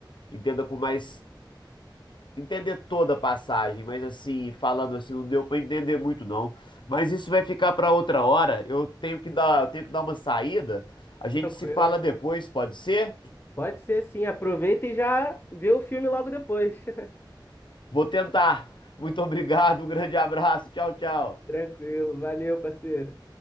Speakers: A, on the left; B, on the left.
A: entenda com mais entender toda a passagem, mas assim, falando assim, não deu para entender muito não. Mas isso vai ficar para outra hora. Eu tenho que dar, eu tenho que dar uma saída. A gente
B: Tranquilo.
A: se fala depois, pode ser?
B: Pode ser sim, aproveita e já vê o filme logo depois. <laughs>
A: Vou tentar. Muito obrigado, um grande abraço. Tchau, tchau.
B: Tranquilo, valeu, parceiro.